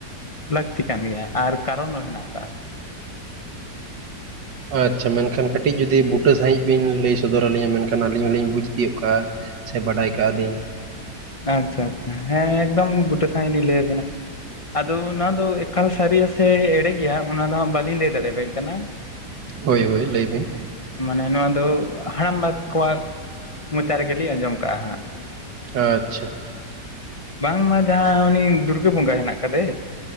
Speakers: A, on the left; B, on the right.
A: ᱞᱟᱹᱠᱛᱤ ᱠᱟᱱ ᱜᱮᱭᱟ ᱟᱨ ᱠᱟᱨᱚᱱ ᱦᱚᱸ ᱦᱮᱱᱟᱜ ᱟᱠᱟᱫᱼᱟ᱾
B: ᱟᱪᱪᱷᱟ ᱢᱮᱱᱠᱷᱟᱱ ᱠᱟᱹᱴᱤᱡ ᱡᱩᱫᱤ ᱵᱩᱴᱟᱹ ᱥᱟᱸᱦᱤᱡ ᱵᱤᱱ ᱞᱟᱹᱭ ᱥᱚᱫᱚᱨ ᱟᱹᱞᱤᱧᱟ ᱢᱮᱱᱠᱷᱟᱱ ᱟᱹᱞᱤᱧ ᱦᱚᱞᱤᱧ ᱵᱩᱡᱽ ᱛᱤᱭᱩᱜ ᱠᱟᱜᱼᱟ᱾ ᱥᱮ ᱵᱟᱰᱟᱭ ᱠᱟᱜᱼᱟ ᱞᱤᱧ
A: ᱟᱪᱪᱷᱟ ᱟᱪᱪᱷᱟ ᱦᱮᱸ ᱮᱠᱫᱚᱢ ᱵᱩᱴᱟᱹ ᱥᱟᱸᱦᱤᱡ ᱞᱤᱧ ᱞᱟᱹᱭ ᱟᱵᱤᱱᱟ᱾ ᱟᱫᱚ ᱱᱚᱣᱟ ᱫᱚ ᱮᱠᱟᱞ ᱥᱟᱹᱨᱤᱭᱟ ᱥᱮ ᱮᱲᱮ ᱜᱮᱭᱟ ᱚᱱᱟ ᱫᱚ ᱦᱟᱸᱜ ᱵᱟᱹᱞᱤᱧ ᱞᱟᱹᱭ ᱫᱟᱲᱮᱭᱟ ᱵᱮᱱ ᱠᱟᱱᱟ᱾
B: ᱦᱳᱭ ᱦᱳᱭ ᱞᱟᱹᱭ ᱵᱤᱱ
A: ᱢᱟᱱᱮ ᱱᱚᱣᱟ ᱫᱚ ᱦᱟᱲᱟᱢᱵᱟ ᱠᱚᱣᱟᱜ ᱢᱚᱪᱟ ᱨᱮᱜᱮ ᱞᱤᱧ ᱟᱸᱡᱚᱢ ᱠᱟᱜᱼᱟ ᱦᱟᱸᱜ
B: ᱟᱪᱪᱷᱟ
A: ᱵᱟᱝᱢᱟ ᱡᱟᱦᱟᱸ ᱩᱱᱤ ᱫᱩᱨᱜᱟᱹ ᱵᱚᱸᱜᱟ ᱦᱮᱱᱟᱜ ᱠᱟᱫᱮ